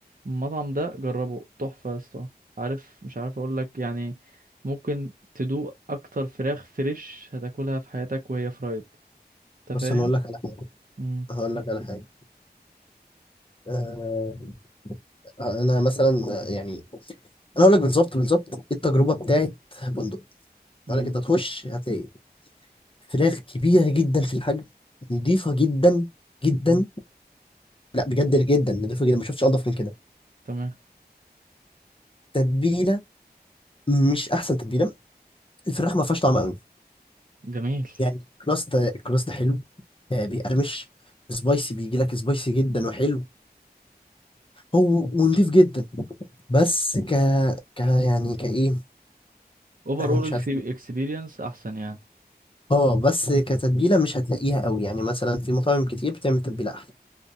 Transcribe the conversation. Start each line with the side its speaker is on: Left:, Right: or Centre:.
Right: المطعم ده جربه تحفة يا اسطى عارف مش عارف اقول لك يعني ممكن تدوق اكتر فراخ فريش هتاكلها في حياتك وهي فرايد انت
Left: بص
Right: فاهم
Left: انا اقول لك على حاجة
Right: مم.
Left: هقول لك على حاجة آه، انا مثلا يعني انا اقول لك بالظبط بالظبط إيه التجربه بتاعت بندق
Right: مم.
Left: اقول لك انت هتخش هتلاقي فراخ كبيره جدا في الحجم نضيفه جدا جدا
Right: مم.
Left: لا بجد جدا نضيفه جدا ما شفتش انضف من كده
Right: تمام
Left: تتبيله مش احسن تتبيله الفراخ ما فيهاش طعم قوي
Right: جميل
Left: يعني كراست كراست حلو آه، بيقرمش سبايسي بيجي لك سبايسي جدا وحلو هو ونضيف جدا بس ك ك يعني كايه
Right: اوفر
Left: آه،
Right: اول
Left: مش عارف
Right: اكسبيرينس احسن يعني
Left: اه بس كتتبيله مش هتلاقيها قوي يعني مثلا في مطاعم كتير بتعمل تتبيله احلى.